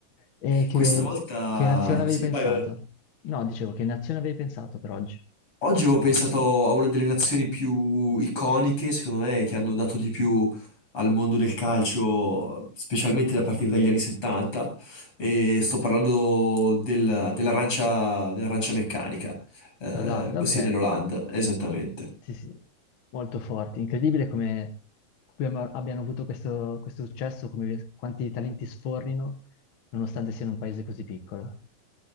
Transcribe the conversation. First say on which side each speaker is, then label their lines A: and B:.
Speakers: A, on the left (about 70°); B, on the left (about 40°).
A: E che,
B: Questa volta...
A: che nazione avevi
B: Sì,
A: pensato?
B: vai, vai.
A: No, dicevo, che nazione avevi pensato per oggi?
B: Oggi avevo pensato a una delle nazioni più iconiche, secondo me, che hanno dato di più al mondo del calcio, specialmente a partire dagli anni 70, e sto parlando del- dell'arancia dell'arancia meccanica, eh,
A: L'Olanda,
B: ossia
A: ok.
B: dell'Olanda, esattamente.
A: Sì, sì, molto forti. Incredibile come abbiamo- abbiano avuto questo, questo successo, come quanti talenti sfornino, nonostante siano un paese così piccolo.